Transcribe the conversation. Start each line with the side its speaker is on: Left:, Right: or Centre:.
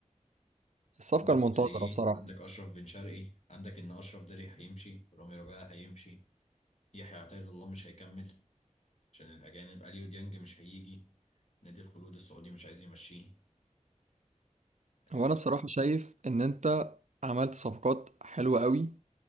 Right: الصفقة
Left: عندك
Right: المنتظرة
Left: تريزيجيه
Right: بصراحة
Left: عندك أشرف بن شرقي عندك إن أشرف داري هيمشي رامي ربيعة هيمشي يحيى عطية الله مش هيكمل عشان الأجانب أليو ديانج مش هيجي نادي الخلود السعودي مش عايز يمشيه آه،
Right: هو أنا بصراحة شايف إن أنت عملت صفقات حلوة قوي